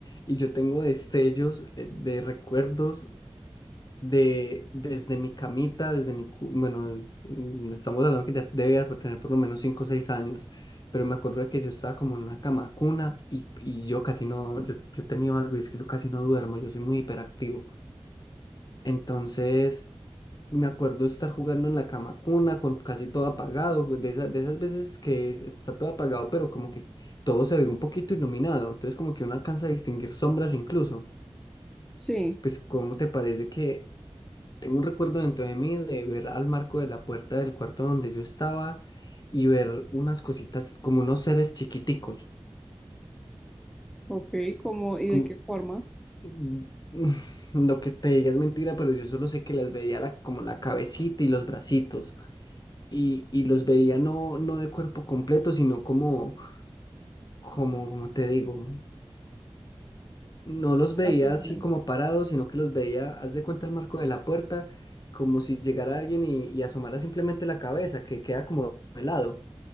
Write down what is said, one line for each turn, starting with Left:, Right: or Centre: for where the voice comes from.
Left: Y yo tengo destellos eh, de recuerdos de desde mi camita, desde mi, cu- bueno, es- mm, estamos hablando que ya debía tener por lo menos 5 o 6 años, pero me acuerdo de que yo estaba como en una cama cuna y, y yo casi no, yo, yo he tenido algo y es que yo casi no duermo, yo soy muy hiperactivo. Entonces, me acuerdo estar jugando en la cama con una, con casi todo apagado, pues, de esas, de esas veces que es- está todo apagado, pero como que todo se ve un poquito iluminado, entonces como que uno alcanza a distinguir sombras incluso.
Centre: Sí,
Left: Pues, ¿cómo te parece que tengo un recuerdo dentro de mí de ver al marco de la puerta del cuarto donde yo estaba y ver unas cositas como unos seres chiquiticos,
Centre: ok, ¿cómo y
Left: como...
Centre: de qué forma?
Left: Mm, <laughs> Lo que te diga es mentira, pero yo solo sé que les veía la, como la cabecita y los bracitos. y, y los veía no, no de cuerpo completo, sino como, como, como te digo, no los veía
Centre: La figura.
Left: así como parados, sino que los veía, haz de cuenta el marco de la puerta, como si llegara alguien y, y asomara simplemente la cabeza, que queda como de lado,